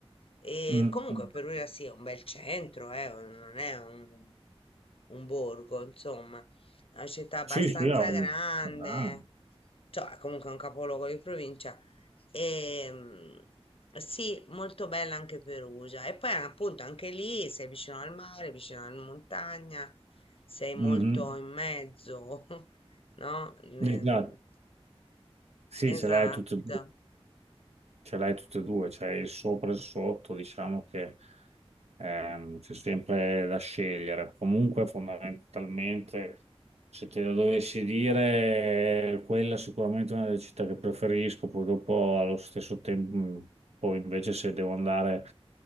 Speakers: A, on the left; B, on the right.
A: E
B: Mhm.
A: comunque
B: Mhm.
A: Perugia sì, è un bel centro, eh, non è un, un borgo, insomma, è una città abbastanza
B: Sì, sì, ah,
A: grande,
B: ah.
A: cioè è comunque un capoluogo di provincia. E, mm, sì, molto bella anche Perugia. E poi appunto anche lì sei vicino al mare, vicino alla montagna sei molto
B: Mhm.
A: in mezzo, <laughs> no? Nel-
B: Esatto. Sì,
A: Esatto.
B: ce l'hai tutto. ce l'hai tutte e due, c'è il sopra e il sotto, diciamo che ehm, c'è sempre da scegliere. Comunque, fondamentalmente, se te lo dovessi dire, eh, quella è sicuramente una delle città che preferisco, poi dopo allo stesso tempo, mm, poi invece se devo andare